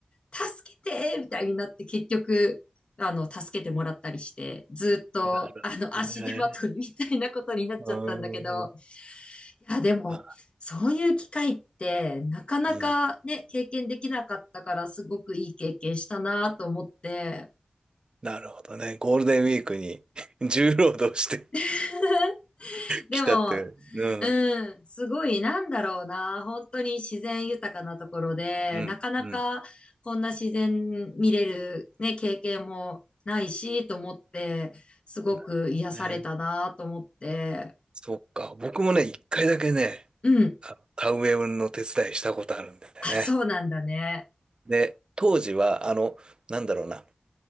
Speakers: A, on the left; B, on the right.
A: 助けてみたいになって結局、あの、助けてもらったりして、ずっと、
B: なるほどね。
A: あの、足手まといみたいなことになっちゃったんだけど、
B: うーん。
A: いや、でも、
B: あ
A: そういう機会って、なかなかね、
B: うん。
A: 経験できなかったから、すごくいい経験したなと思って。
B: なるほどね。ゴールデンウィークに <laughs> 重労働して
A: <laughs> でも、
B: きたという。うん。
A: うん、すごい、なんだろうな。本当に自然豊かなところで、
B: うん。
A: なかなかこんな自然見れるね、
B: うん。
A: 経験もないし、と思って、すごく癒されたなと思って。
B: なるほどね。そっか。僕もね、一回だけね、
A: うん。
B: あ田植えの手伝いしたことあるんだよね。
A: あ、そうなんだね。
B: で、当時は、あの、なんだろうな。